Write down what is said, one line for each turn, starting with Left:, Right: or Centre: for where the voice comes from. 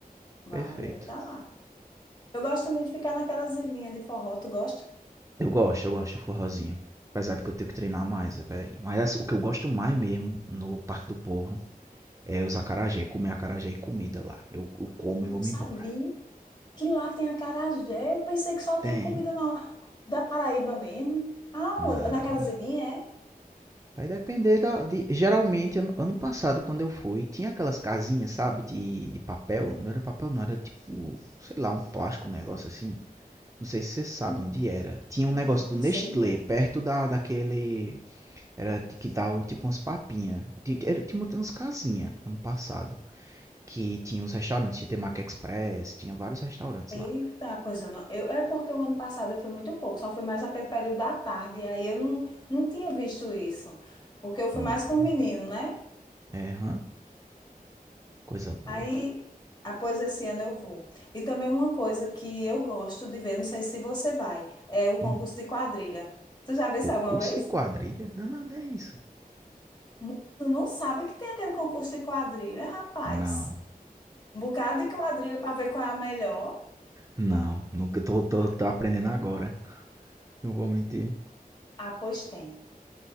Left: Vai,
Right: Perfeito.
Left: ele tá lá. Eu gosto também de ficar naquelas ilhinhas de forró, tu gosta?
Right: Eu gosto, eu gosto do forrozinho. Apesar de que eu tenho que treinar mais, até- mas assim, o que eu gosto mais mesmo no Parque do Povo É os acarajé, comer acarajé e comida lá. Eu, eu
Left: Ai,
Right: como
Left: eu
Right: e
Left: não
Right: vou-me
Left: sabia
Right: embora.
Left: que lá tem acarajé. Eu pensei que só
Right: Tem?
Left: tinha comida normal. Da Paraíba mesmo? Ah,
Right: Nada.
Left: Naquelas ilhinhas, é?
Right: Vai depender da. de- geralmente, ano, ano passado, quando eu fui, tinha aquelas casinhas, sabe, de, de papel. Não era papel, não, era tipo, sei lá, um plástico, um negócio assim. Não sei se vocês sabem
Left: Sim.
Right: onde era. Tinha
Left: Não,
Right: um negócio do Nestlé,
Left: sei não,
Right: perto
Left: menina.
Right: da, daquele. Era que dava tipo umas papinhas. Ti- era- Tinha umas umas casinhas ano passado. Que tinha uns restaurantes, tinha Temaki Express, tinha vários restaurantes
Left: Eita,
Right: lá.
Left: pois eu não. Eu, é porque o ano passado eu fui muito pouco, só fui mais aquele período da tarde, e aí eu não, não tinha visto isso, porque eu fui
Right: Hum.
Left: mais com o menino, né?
Right: É, hã? Coisa boa.
Left: Aí, após esse ano eu vou. E também uma coisa que eu gosto de ver, não sei se você vai, é o concurso
Right: Hum,
Left: de quadrilha. Tu já viu
Right: concurso
Left: isso alguma vez?
Right: de quadrilha? Não, nada é isso.
Left: Mu- Tu não sabe que tem aquele concurso de quadrilha, rapaz.
Right: Não,
Left: Um bocado de quadrilha para ver qual é a melhor.
Right: não. Nunca tô, tô,
Left: Ah,
Right: tô aprendendo agora. Não vou mentir.
Left: ah, pois tem.